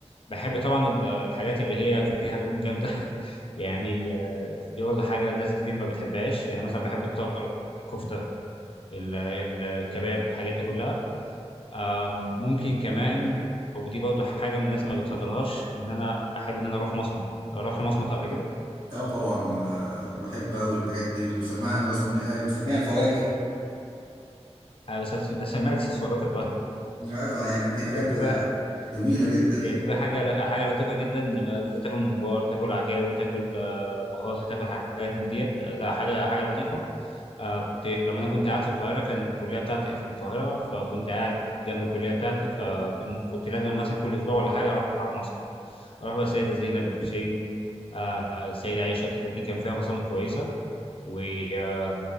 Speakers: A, on the left (about 50°); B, on the right (about 40°).
A: بحب طبعا ال- الحاجات اللي هي فيها دهون جامده <laughs> يعني آه، دي برضو حاجه ناس كتير ما بتحبهاش يعني مثلا بحب الطرب الكفته ال- الكباب الحاجات دي كلها آم، ممكن كمان ودي برضو حاجه من الناس ما بتفضلهاش ان انا احب ان انا اروح مصمت لو رحت مصمت قبل كده
B: اه طبعا آه، بحب قوي الحاجات دي بسميها انا بسميها أيوة، مسميها الفواكه
A: آه، بس أس- اسميها اكسسوارات
B: ايوه يعني دي حاجات
A: البحر
B: جميله جدا يعني
A: هي بتبقى حاجة لا حاجة لطيفة جدا لما مثلا تاكل ممبار تاكل عكاوي تاكل آه، مخاصي تاكل حاجات من ديت آه، لا حاجة حاجة لطيفة آه كنت لما أنا كنت قاعد في القاهرة كانت الكلية بتاعتي في القاهرة فكنت قاعد جنب الكلية بتاعتي فكنت كنت لازم مثلا كل أسبوع ولا حاجة أروح مصمت أروح بقى السيدة زينب الحسين آه السيدة عائشة الحتت دي كان فيها مصامت كويسة و آه،